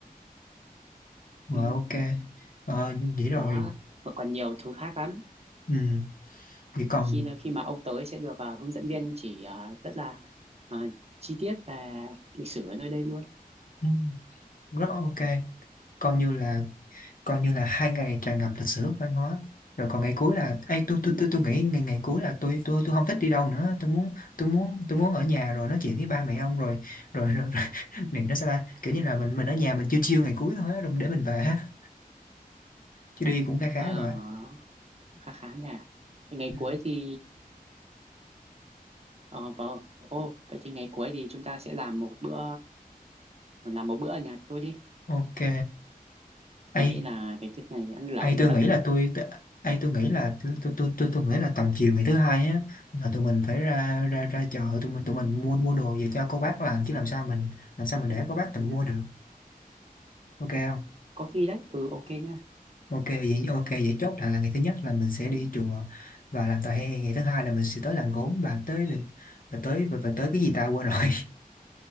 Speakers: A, on the left; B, on the right.
A: rồi
B: ừ.
A: ok ờ, vậy rồi
B: đó mà còn nhiều thứ khác lắm
A: ừ, vậy còn
B: khi khi mà ông tới sẽ được à, hướng dẫn viên chỉ à, rất là à, chi tiết về lịch sử ở nơi đây luôn
A: ừ, rất ok coi như là coi như là hai ngày tràn ngập lịch sử văn hóa rồi còn ngày cuối là ấy tôi
B: ừ.
A: tôi tôi tôi nghĩ ngày ngày cuối là tôi tôi tôi không thích đi đâu nữa tôi muốn tôi muốn tôi muốn ở nhà rồi nói chuyện với ba mẹ ông rồi <laughs> rồi rồi, rồi. <laughs> này nó sao ta kiểu như là mình mình ở nhà mình chiêu chiêu ngày cuối thôi á, rồi để mình về á chứ đi cũng khá khá
B: À,
A: rồi
B: khá khá nhỉ. Thì Ngày
A: ừ.
B: cuối thì ờ vâng. Ô, vậy thì ngày cuối thì chúng ta sẽ làm một bữa mình làm một bữa ở nhà tôi đi.
A: ok ai
B: Tôi nghĩ là cái tiết này ăn lẩu
A: ai
B: được
A: tôi
B: ấy.
A: nghĩ là tôi t- ai tôi nghĩ là tôi tôi tôi tôi, tôi nghĩ là tầm chiều ngày thứ hai á là tụi mình phải ra ra ra chợ tụi mình tụi mình mua mua đồ về cho cô bác làm chứ làm sao mình làm sao mình để cô bác tự
B: Ừ,
A: mua được ok không
B: có khi đấy. Ừ ok nha.
A: Ok vậy ok vậy chốt lại là ngày thứ nhất là mình sẽ đi chùa và làm tòa hè ngày thứ hai là mình sẽ tới làng gốm và tới lịch và tới và, và tới cái gì ta quên rồi <laughs>